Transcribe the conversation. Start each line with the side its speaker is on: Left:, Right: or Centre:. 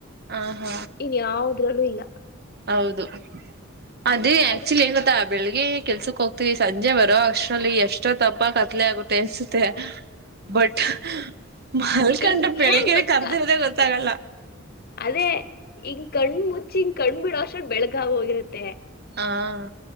Right: ಆ ಹಾ.
Left: ಇನ್ ಯಾವುದ್ರಲ್ಲೂ ಇಲ್ಲ.
Right: ಹೌದು ಅದೇ
Left: ಅದ್ರಲ್ಲಿ
Right: ಆಕ್ಚುಲಿ ಏನ್ ಗೋತ್ತಾ. ಬೆಳಿಗ್ಗೆ ಕೆಲ್ಸಕ್ ಹೋಗ್ತಿೀವಿ ಸಂಜೆ ಬರೋ ಅಷ್ಟರಲ್ಲಿ ಎಷ್ಟೋ ತಪ್ಪ ಕತ್ಲೆ ಆಗುತ್ತೆ ಅನ್ಸುತ್ತೆ. ಬಟ್ ಮಲ್ಕಂಡ್ರೆ
Left: ಹಿಂಗ್
Right: ಬೆಳಗ್ಗೆನೆ
Left: ಏನ್ ಗೊತ್ತಾ
Right: ಕರ್ದಿರ್ದೆ ಗೊತ್ತಾಗಲ್ಲ.
Left: ಅದೇ ಹೀಂಗ ಕಣ್ಣ್ ಮುಚ್ಚಿ ಹಿಂಗ ಕಣ್ ಬಿಡ ಅಷ್ಟರಲ್ಲಿ ಬೆಳಕಾಗಿ ಹೋಗಿರತ್ತೆ.
Right: ಹೂಂ